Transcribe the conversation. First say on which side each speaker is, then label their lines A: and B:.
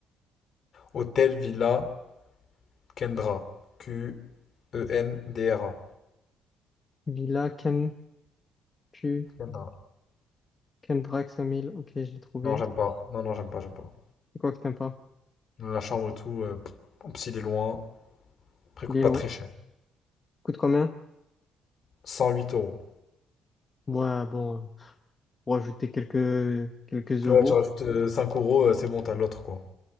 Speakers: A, on the left (about 40°); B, on the left (about 20°).
A: Hôtel Villa Kendra. Q-E-N-D-R-A.
B: Villa, Ken, Pu,
A: Kendra.
B: Kendrak, 5000. Ok, je l'ai trouvé.
A: Non, j'aime pas. Non, non, j'aime pas, j'aime pas.
B: C'est quoi que t'aimes pas?
A: La chambre et tout, euh, pff, en plus, il est loin. Après, il
B: Il
A: coûte
B: est
A: pas
B: long.
A: très cher.
B: Coûte combien?
A: 108 euros.
B: Ouais, bon, pour ajouter quelques, quelques euros.
A: Ouais, tu rajoutes euh, 5 euros, euh, c'est bon, t'as l'autre quoi.